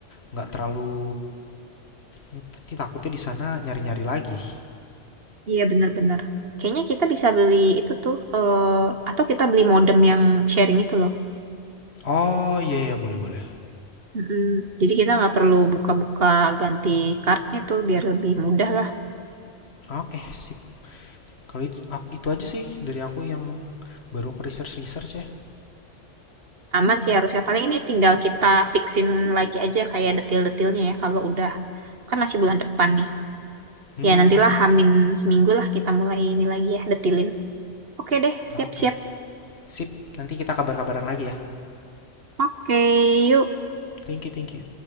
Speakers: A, on the left (about 60°); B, on the right (about 55°).
A: nggak terlalu Nanti takutnya di sana nyari-nyari lagi.
B: Iya, bener-bener. Kayaknya kita bisa beli itu tuh, eh, atau kita beli modem yang sharing itu loh.
A: Oh iya iya boleh boleh.
B: Mm-mm. Jadi kita nggak perlu buka-buka ganti kartunya tuh, biar lebih mudah lah.
A: Oke sip. Kalau itu itu aja sih dari aku yang baru aku research research ya.
B: Aman sih harusnya. Paling ini tinggal kita fixin lagi aja kayak detail-detailnya ya, kalau udah. Kan masih bulan depan nih.
A: Hmm, hmm,
B: Ya, nantilah
A: hmm.
B: Hamin seminggu lah kita mulai ini lagi ya, detilin. Oke deh, siap-siap.
A: Oke sip. Nanti kita kabar-kabaran lagi ya.
B: Oke, yuk.
A: Thank you thank you.